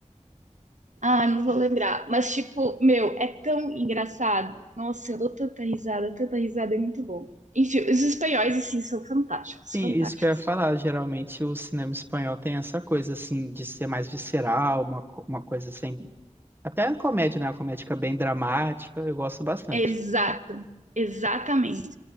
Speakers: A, on the right; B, on the right.
A: Ah, não vou lembrar. Mas, tipo, meu, é tão engraçado. Nossa, eu dou tanta risada, tanta risada, é muito bom. Enfim, os espanhóis, assim, são fantásticos,
B: Sim,
A: fantásticos.
B: isso que eu ia falar, geralmente o cinema espanhol tem essa coisa, assim, de ser mais visceral, uma, co- uma coisa assim, Até a comédia, né? Uma comédia bem dramática, eu gosto bastante.
A: Exato, exatamente.